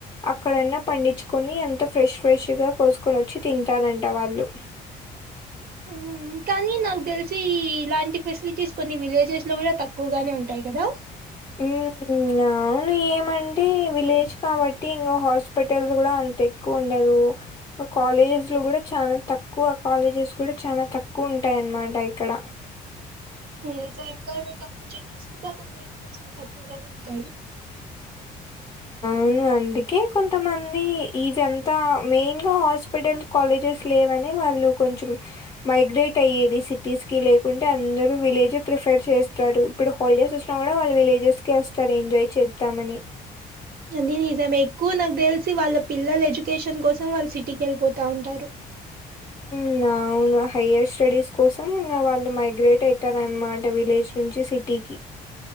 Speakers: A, on the left; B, on the right.
A: అక్కడన్న పండిచుకొని అంత ఫ్రెష్ ఫ్రెష్గా కోసుకొని ఒచ్చి తింటారంట వాళ్ళు
B: మ్ కానీ నాగ్ తెలిసీ ఇలాంటి ఫెసిలిటీస్ కొన్ని విలేజెస్లో గుడా తక్కువగానే ఉంటాయి కదా
A: మ్ ఆవును ఏమంటే విలేజ్ కాబట్టి ఇంగ హాస్పిటల్స్ గుడా అం ఎక్కువ ఉండదూ కాలేజెస్ లో కడా చాన తక్కు కువ కాలేజెస్ కూడా చాలా తక్కువ ఉంటాయన్నమాట ఇక్కడ
B: ఇంకా ఎంప్లాయ్మెంట్ ఆపర్చునిటీస్ కూడా కొన్ని ఏరియాస్ లో తక్కువగానే ఉంటాయి
A: మ్ అందుకే కొంతమందీ ఇవింతా మెయిన్ గా హాస్పిటల్స్ కాలేజెస్ లేవని వాళ్ళు కొంచెం మైగ్రేట్ అయ్యేది సిటీస్ కి లేకుంటే అందరూ విలేజె ప్రిఫర్ చేస్తారు ఇప్పుడు హాలిడేస్ వచ్చిన కూడా వాళ్ళు విలేజస్కె ఒస్తరు ఎంజాయ్ చేద్దామని
B: అది నిజమే ఎక్కువ నాకు తెలిసి వాళ్ళ పిల్లలు ఎడ్యుకేషన్ కోసం వాళ్ సిటీకి వెళ్ళిపోతా ఉంటారు
A: మ్ ఆవును హయ్యర్ స్టడీస్ కోసం ఇంగ వాళ్ళు మైగ్రేట్ ఐతరన్మాట విలేజ్ నుంచి సిటీకి